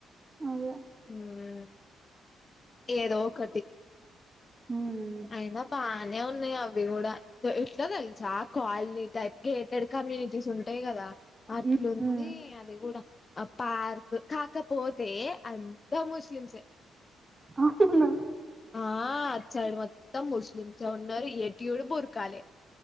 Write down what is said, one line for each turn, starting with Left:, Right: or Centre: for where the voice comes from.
Right: అదే.
Left: ఉమ్ ఏదో ఒకటి
Right: ఉమ్
Left: అయినా బాగానే ఉన్నాయి అవి కూడా ఎట్ల తెలుసా ఆ కాలనీ గేటెడ్ కమ్యూనిటీస్ ఉంటాయి కదా అట్లుంది
Right: హ్మ్. హ్మ్.
Left: అది కూడా ఆ పార్క్ కాకపోతే అంత ముస్లిమ్స్ ఎ
Right: అవున
Left: ఆ అటు సైడ్ మొత్తం ముస్లిమ్స్ ఉన్నారు ఎటు చూడు బురకాలే.